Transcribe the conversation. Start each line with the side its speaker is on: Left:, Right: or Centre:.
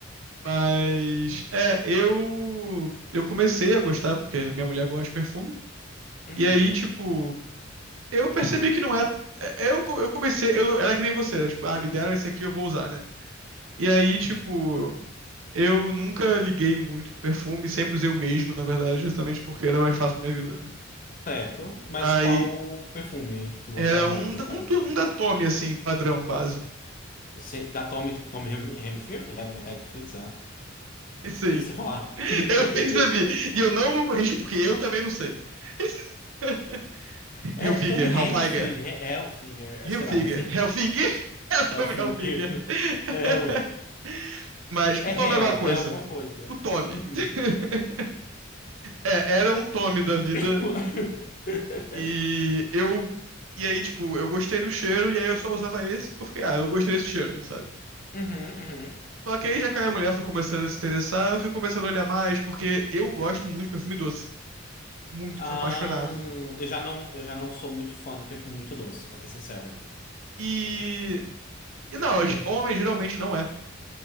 Right: Mas. É, eu. Eu comecei a gostar, porque minha mulher gosta de perfume.
Left: Uhum.
Right: E aí, tipo, eu percebi que não é. é, Eu, co- eu comecei. Eu, era que nem você, era, tipo, ah, me deram esse aqui, eu vou usar, né? E aí, tipo. Eu nunca liguei muito pro perfume, sempre usei o mesmo, na verdade, justamente porque era mais fácil pra minha vida, né?
Left: Certo. Mas
Right: Aí
Left: qual perfume que tu gostava
Right: era um,
Left: mais nesse
Right: da- um,
Left: caso?
Right: tu- um da Tommy, assim, padrão básico.
Left: Eu sei- da Tommy, tipo Tommy Hem- Hemfield? Hem, Hackfield, sei lá.
Right: <laughs> Isso aí.
Left: Eu não sei falar. <laughs>
Right: Eu percebi. E eu não vou corrigir porque eu também não sei. <laughs>
Left: É,
Right: Hilfiger,
Left: Tommy Hemfield,
Right: Halfiger,
Left: He- Hellfinger, é,
Right: Hilfiger,
Left: sei lá, não sei.
Right: Helfinger, <laughs> é o Tommy
Left: Hellfinger.
Right: Hilfiger. <laughs>
Left: <laughs> É, o-
Right: Mas
Left: é
Right: o Tommy
Left: Hell,
Right: é alguma coisa.
Left: é alguma coisa.
Right: O Tommy.
Left: Uhum.
Right: <laughs> É, era um Tommy da vida
Left: <laughs>
Right: E eu. E aí, tipo, eu gostei do cheiro, e aí eu só usava esse, eu fiquei, ah, eu gostei desse cheiro, sabe?
Left: Uhum, uhum.
Right: Só que aí já caiu a mulher, foi começando a se interessar, eu fui começando a olhar mais, porque eu gosto muito de perfume doce. Muito,
Left: Ah,
Right: eu sou apaixonado.
Left: eu já não, eu já não sou muito fã de perfume muito doce, pra ser sincero.
Right: E. E não, homem geralmente não é.